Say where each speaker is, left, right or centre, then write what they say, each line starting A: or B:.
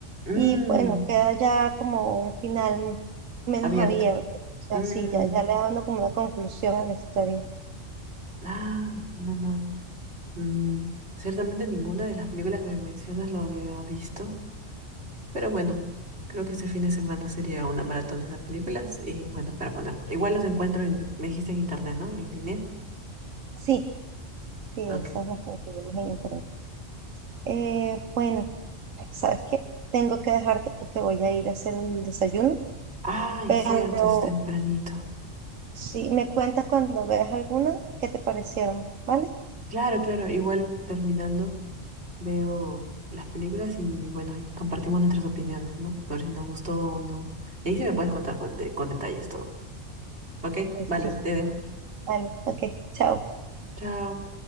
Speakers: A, on the right; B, on the right.
A: Mmm,
B: Y bueno, queda ya como un final menos
A: abierto.
B: abierto. O sea,
A: mmm
B: sí, ya, ya le dando como una conclusión a la historia.
A: no no, no. Mm, ciertamente ninguna de las películas que me mencionas lo había visto, pero bueno, creo que este fin de semana sería una maratón de esas películas y bueno, para poner. Igual los encuentro en, me dijiste en internet, ¿no? En línea.
B: Sí, sí,
A: Ah, Ok.
B: esas las conseguimos en internet. Eh, bueno, ¿sabes qué? Tengo que dejarte porque voy a ir a hacer el desayuno,
A: Ay,
B: pero
A: cierto, es tempranito.
B: Sí, me cuentas cuando veas alguna que te parecieron, ¿vale?
A: Claro, claro, igual terminando veo las películas y bueno, ahí compartimos nuestras opiniones, ¿no? A ver si nos gustó o no. Y ahí sí me puedes contar con, de- con detalles todo. Ok,
B: Pues
A: vale,
B: sí,
A: te dejo.
B: vale, ok, chao.
A: Chao.